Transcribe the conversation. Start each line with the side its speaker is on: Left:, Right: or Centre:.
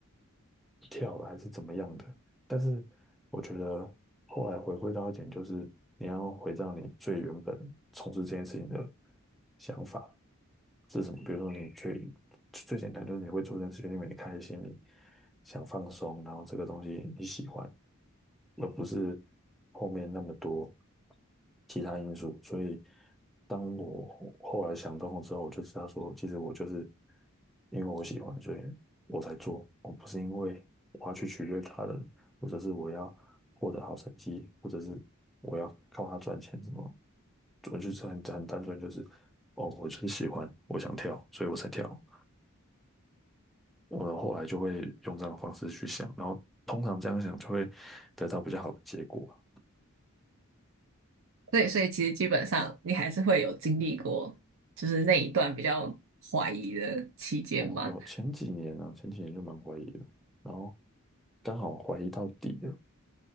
Centre: 跳了还是怎么样的。但是我觉得后来回归到一点，就是你要回到你最原本从事这件事情的想法是什么。比如说，你最最简单就是你会做这件事情，因为你开心，你想放松，然后这个东西你喜欢。而不是后面那么多其他因素。所以，当我后后来想通了之后，我就知道说，其实我就是因为我喜欢，所以我才做。我不是因为我要去取悦他人，或者是我要获得好成绩，或者是我要靠他赚钱什么。我就是很很单纯，就是哦，我就是喜欢，我想跳，所以我才跳。我的后来就会用这样的方式去想，然后通常这样想就会得到比较好的结果。
Right: 对，所以其实基本上你还是会有经历过，就是那一段比较怀疑的期间嘛。
Centre: 哦，有前几年啊，前几年就蛮怀疑的，然后刚好怀疑到底了，